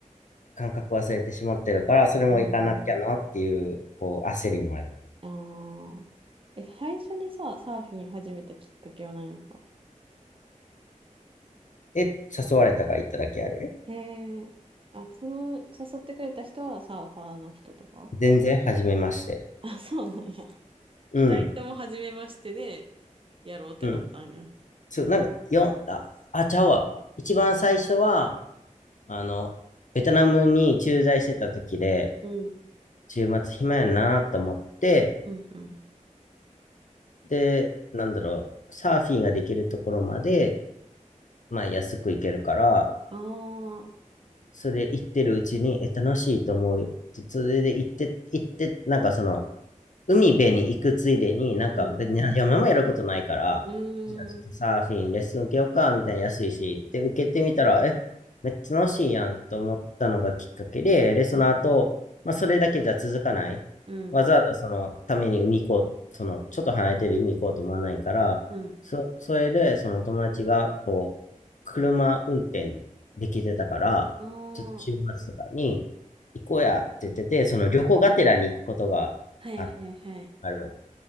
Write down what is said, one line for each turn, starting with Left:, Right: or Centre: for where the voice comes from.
Left: 感覚忘れてしまってるから、それも行かなきゃなっていう、
Right: うん。
Left: こう、焦りもある。
Right: ああ。え、最初にさ、サーフィン始めたきっかけは何やったの
Left: え、誘われたから行っただけやで。
Right: へえ。あ、その、誘ってくれた人はサーファーの人とか
Left: 全然、初めまして。
Right: あ、そうなんや。
Left: うん、
Right: 二人とも初めましてで、やろうってなったんや。
Left: うん。そう、なんか、よ、あ、あ、ちゃうわ。一番最初は、あの、ベトナムに駐在してた時で、
Right: うん。
Left: 週末暇やなと思って、
Right: うん、うん。
Left: で、なんだろう、サーフィンができるところまで、まあ安く行けるから、
Right: ああ。
Left: それ行ってるうちに、え、楽しいと思うよ。それで行って、行って、なんかその、海辺に行くついでに、なんか別に山もやることないから、
Right: うん。う
Left: じゃあちょっとサーフィン、
Right: ーん。
Left: レッスン受けようか、みたいな安いし、で、受けてみたら、え、めっちゃ楽しいやんと思ったのがきっかけで、で、その後、
Right: あ
Left: まあそれだけじゃ続かない。
Right: うん。
Left: わざわざそのために海行こう、その、ちょっと離れてる海行こうと思わないから、
Right: うん。
Left: そ、それで、その友達が、こう、車運転できてたから、
Right: ああ。
Left: ちょっと週末とかに行こうやって言ってて、その旅行がてらに行くことがあ、
Right: はい、はい、はい。
Left: ある。